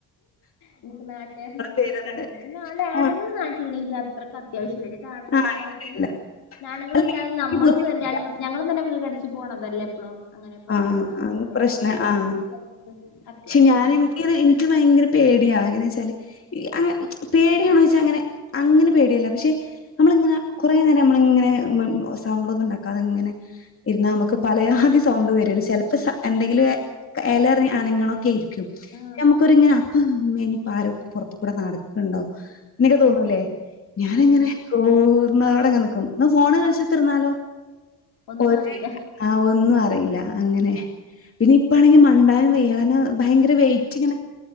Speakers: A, on the left; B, on the left.
A: നമുക്ക് നാട്ടുകാരനെല്ലാം
B: പേരെന്താണ്
A: ഇഷ്ടം പറ. പിന്നെ <unintelligible> ആണ്ങ്ങൾ
B: ആ
A: നാട്ടില അത്രക്ക് അത്യാവശ്യല്ല ടി പ്പംആണുങ്ങൾ
B: ആ
A: ഇല്ലാ
B: ഇല്ല
A: ഇല്ലാ
B: ഇല്ല
A: പിന്നെആണുങ്ങളും
B: അല്ല
A: ഇല്ലാതെ
B: എനിക്ക്
A: നമ്മളു
B: ബുദ്ധിമുട്ടില്ല
A: <unintelligible> ഞങ്ങളും തന്നെ വീട് അടച്ച് പോകണതല്ലേ അങ്ങനെ പൊറത്ത്
B: ആ
A: പോകണതല്ല.
B: ആ പ്രശ്നം
A: പിന്നെ അങ്ങനത്തെ
B: ആ
A: ഒരു സമയത്ത നമുക്ക് അത്യാവശ്യം
B: പക്ഷെ ഞാൻ
A: നമുക്ക്
B: എനിക്ക്
A: എപ്പങ്കിലും
B: എനിക്ക് ഭയങ്കര പേടിയാ. എങ്ങനെ വെച്ചാല് അ പേടിയാണ വെച്ചാൽ അങ്ങനെ അങ്ങനെ പേടിയല്ല പക്ഷെ നമ്മളിങ്ങനെ കുറേ നേരം നമ്മളിങ്ങനെ സൗണ്ട്ഒന്നും ഉണ്ടാക്കാതെ. ഇങ്ങനെ ഇരുന്നനമുക്ക് പലയാതി സൗണ്ട് വരല്ല. ചിലപ്പ എന്തെങ്കിലും എലറി അനങ്ങൊക്കെ ഇരിക്കും
A: ആഹ്
B: <unintelligible> അപ്പ മേനിപ്പ ആരോപ്പ പുറത്ത കൂടെ നടക്കണ്ടോ നിക്ക് തോന്നുംല്ലേ. ഞാന
A: ഉം
B: എങ്ങനെ കൂർമന്നാടെങ്ങ നിക്കും ന്നാഫോണ് കൾച്ചുതർന്നാല്
A: ഒന്നും
B: ഒരേ
A: അറിയില്ല
B: ആ ഒന്നും അറിയില്ല അങ്ങനെ. പിന്നെ ഇപ്പാണെങ്കി മണ്ടാനം വെദന. ഭയങ്കര വെറ്റ് ഇങ്ങനെ.